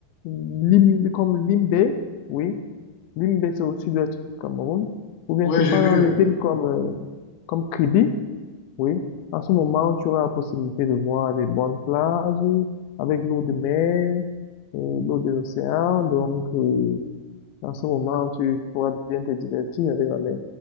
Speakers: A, on the left; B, on the left.
A: Lim- comme Limbé, oui, Limbé c'est au sud-ouest du Cameroun, ou bien
B: Ouais,
A: tu
B: j'ai
A: pars
B: vu.
A: dans les
B: euh.
A: villes comme, euh, comme Kribi, oui, à ce moment, tu auras la possibilité de voir les bonnes plages avec l'eau de mer, euh, l'eau de l'océan. Donc, euh, à ce moment, tu pourras bien te divertir avec la mer.